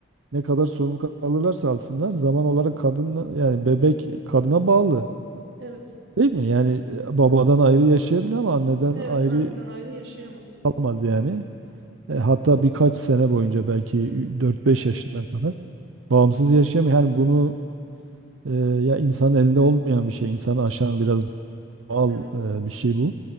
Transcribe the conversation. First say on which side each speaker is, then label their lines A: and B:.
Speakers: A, on the right; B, on the right.
A: ne kadar sorumluluk alırlarsa alsınlar zaman olarak kadın yani bebek kadına bağlı
B: evet.
A: değil mi? Yani e, babadan ayrı yaşayabilir ama anneden
B: Evet,
A: ayrı
B: anneden ayrı yaşayamaz.
A: kalamaz yani. E, hatta birkaç sene boyunca belki dört
B: Evet,
A: beş yaşına kadar bağımsız yaşayamıyor. Yani bunu e, ya insanın elinde olmayan bir şey, insanı aşan biraz doğal
B: evet.
A: e, bir şey bu.